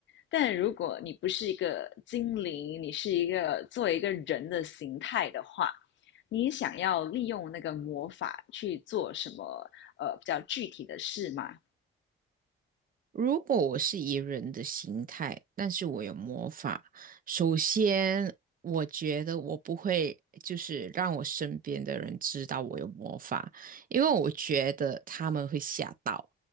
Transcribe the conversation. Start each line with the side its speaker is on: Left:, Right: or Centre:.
Left: 但如果你不是一个精灵，你是一个作为一个人的形态的话，你想要利用那个魔法去做什么？呃，比较具体的事吗？
Right: 如果我是以人的形态，但是我有魔法，首先我觉得我不会就是让我身边的人知道我有魔法，因为我觉得他们会吓到。